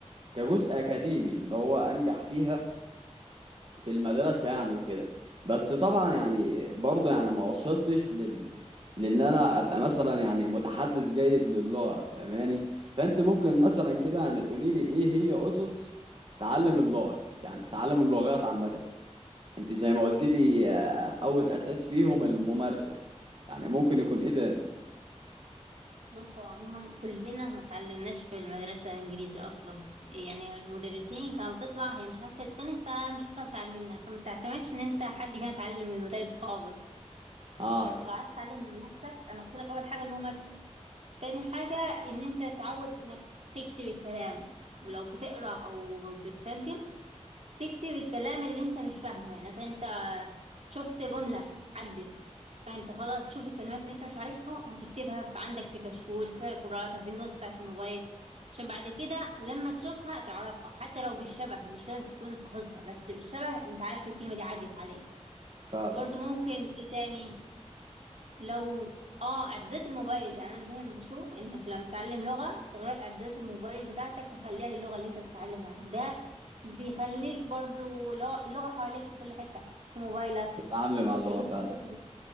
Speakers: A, on the right; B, on the right.
A: كجزء أكاديمي اللي هو أنجح فيها في المدرسة يعني وكده بس طبعا يعني برضه يعني ما وصلتش لل لان انا ابقى مثلا يعني متحدث جيد للغة فاهماني فانت ممكن مثلا كده يعني تقولي لي ايه هي اسس تعلم اللغة يعني تعلم اللغات عامة انت زي ما قلت لي آه، اول
B: آه.
A: اساس فيهم الممارسة يعني ممكن يكون ايه تاني
B: بص هو عموما كلنا ما اتعلمناش في المدرسه انجليزي اصلا يعني المدرسين كانت بتطلع هي مش عارفه تتكلم فمش هتعرف تعلمنا فما تعتمدش ان انت حد فينا اتعلم من المدارس خالص
A: اه
B: فانت لو عايز تتعلم مع نفسك انا قلت لك اول حاجه الممارسه تاني حاجة إن أنت تتعود إنك تكتب الكلام ولو بتقرأ أو بتترجم تكتب الكلام اللي أنت مش فاهمه يعني مثلا أنت شفت جملة عدت فأنت خلاص تشوف الكلمات اللي أنت مش عارفها هتكتبها في عندك في كشكول في كراسة في النوت بتاعة الموبايل عشان بعد كده لما تشوفها تعرفها حتى لو بالشبه مش لازم تكون حافظها بس بالشبه أنت عارف الكلمة دي عدت عليك
A: فعلا
B: برضو ممكن إيه تاني لو اه اعدادات الموبايل يعني انا دايما بشوف انك لما تتعلم لغه تغير اعدادات الموبايل بتاعتك تخليها للغه اللي انت بتتعلمها ده بيخليك برضو لو- اللغه حواليك في كل حته في موبايلك
A: تتعاملي مع اللغة
B: في مسلسلات
A: فعلا